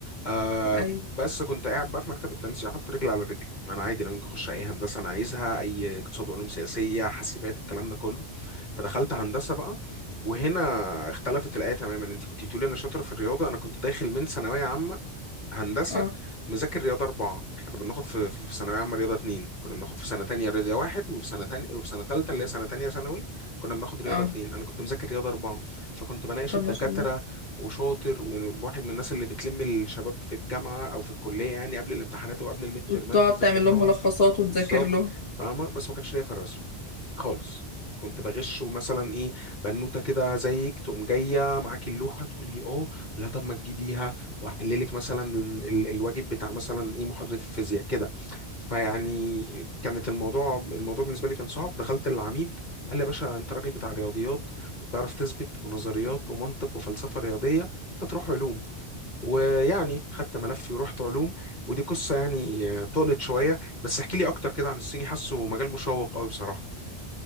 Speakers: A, on the left; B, on the left.
A: آه،
B: ايوه
A: بس كنت قاعد بقى في مكتب التنسيق حاطط رجل على رجل انا عادي انا ممكن اخش اي هندسه انا عايزها اي اقتصاد وعلوم سياسيه حاسبات الكلام ده كله فدخلت هندسه بقى وهنا اختلفت الايه تماما انت كنت بتقولي انا شاطره في الرياضه انا كنت داخل من ثانويه عامه هندسه
B: اه
A: مذاكر رياضه اربعه احنا كنا بناخد في في في ثانويه عامه رياضه اتنين كنا بناخد في سنه تانية رياضه واحد وفي سنه تانية وفي سنه تالتة اللي هي سنه تانية ثانوي كنا بناخد رياضه
B: اه
A: اتنين انا كنت مذاكر رياضه اربعه فكنت بناقش
B: طب
A: الدكاتره
B: ما شاء الله
A: وشاطر وواحد من الناس اللي بتلم الشباب في الجامعه او في الكليه يعني قبل الامتحانات وقبل الميد ترمات
B: وتقعد
A: تذاكر
B: تعمل
A: لهم
B: لهم ملخصات وتذاكر
A: بالظبط
B: له
A: فاهمه بس ما كانش ليا في الرسم خالص كنت بغشه مثلا ايه بنوته كده زيك تقوم جايه معاكي اللوحه تقول لي اه لا طب ما تجيبيها واحللك مثلا ال- الواجب بتاع مثلا ايه محاضره الفيزياء كده فيعني كانت الموضوع الموضوع بالنسبه لي كان صعب دخلت العميد قال لي يا باشا انت راجل بتاع رياضيات وبتعرف تثبت ونظريات ومنطق وفلسفه رياضيه انت تروح علوم ويعني خدت ملفي ورحت علوم ودي قصه يعني آه، طالت شويه بس احكي لي اكتر كده عن الصيني حاسه مجال مشوق قوي بصراحه